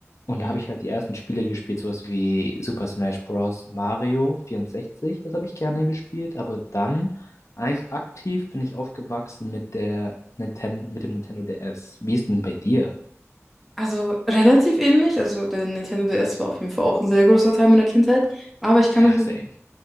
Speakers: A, on the left; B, in the centre.
A: Und
B: Mhm.
A: da habe ich halt die ersten Spiele gespielt, sowas wie Super Smash Bros. Mario vierundsechzig das habe ich gerne gespielt. Aber dann, eigentlich aktiv, bin ich aufgewachsen mit der Ninten mit dem Nintendo DS. Wie ist denn bei dir?
B: Also relativ ähnlich, also der Nintendo DS war auf jeden Fall auch ein sehr großer Teil meiner Kindheit, aber ich kann
A: Ja,
B: mich so,
A: same.